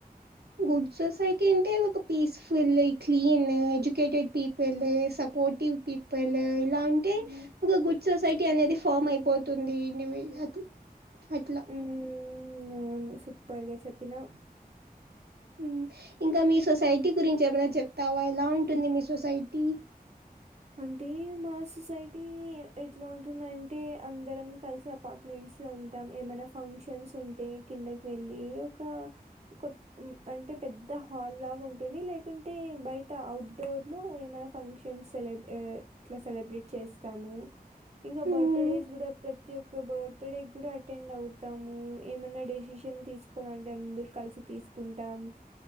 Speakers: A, on the right; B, on the right.
A: గుడ్ సొసైటీ అంటే ఒక peacefully clean educated people supportive people ఇలా అంటే
B: హ్మ్.
A: ఒక గుడ్ సొసైటీ అనేది ఫామ్ అయిపోతుంది ఇండివిజ్యూవల్ అట్లా
B: హ్మ్. అవును సూపర్గా చెప్పినవ్
A: మ్ ఇంకా మీ సొసైటీ గురించి ఏమైనా చెప్తావా ఎలా ఉంటుంది మీ సొసైటీ
B: అంటే మా సొసైటీ ఎట్లా ఉంటుందంటే అందరం కలిసి అపార్ట్మెంట్ లో ఉంటాం ఏమన్న ఫంక్షన్స్ ఉంటే కిందకి వెళ్ళి ఒక ఒక మ్ అం టే పెద్ద హాల్ లాగా ఉంటుంది లేకుంటే బయట అవుట్డోర్ లో ఏమైనా ఫంక్షన్స్ సెల గ్ ఇట్లా సెలబ్రేట్ చేస్తాము ఇంకా
A: ఉమ్,
B: బర్తడేస్ కూడా ప్రత్ ప్రతి ఒక్క బర్త్ డే కూడా అటెండ్ అవుతాము ఏమైన్నా డెసిషన్ తీసుకోవాలంటే అందరూ కలిసి తీసుకుంటాం